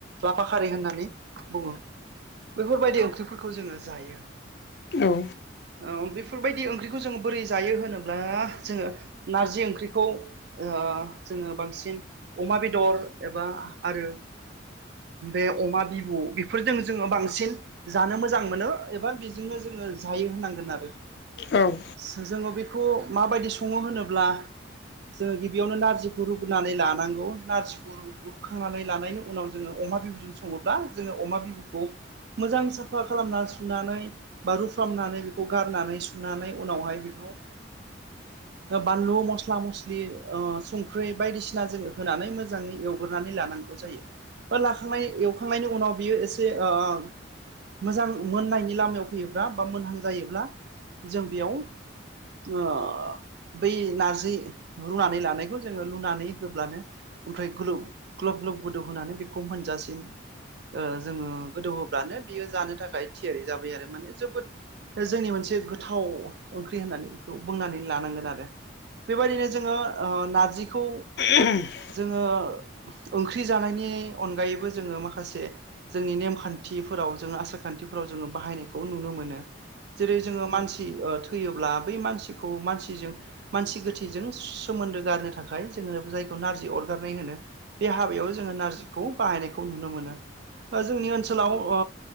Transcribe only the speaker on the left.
औ
औ।
<inaudible>
<unintelligible>